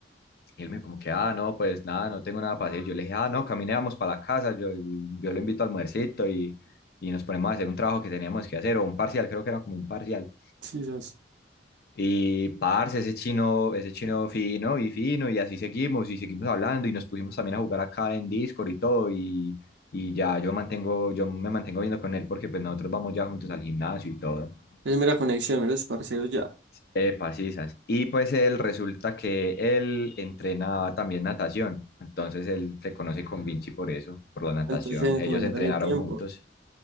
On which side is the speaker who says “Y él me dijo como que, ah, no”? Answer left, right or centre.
Left